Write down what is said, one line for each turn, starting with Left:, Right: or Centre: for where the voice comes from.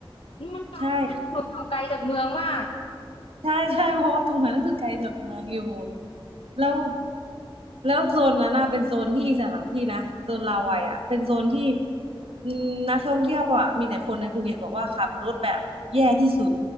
Left: อืมมันไกลมากหนูอยู่ไกลจากเมืองมาก
Right: ใช่ ใช่ใช่ <laughs> เพราะว่าตรงนั้นคือไกลจากเมืองอยู่แล้วแล้วโซนนั้นน่ะเป็นโซนที่สำหรับพี่นะโซนลาวัยอ่ะเป็นโซนที่อืมนักท่องเที่ยวอ่ะมีแต่คนในภูเก็ตบอกว่าขับรถแบบแย่ที่สุด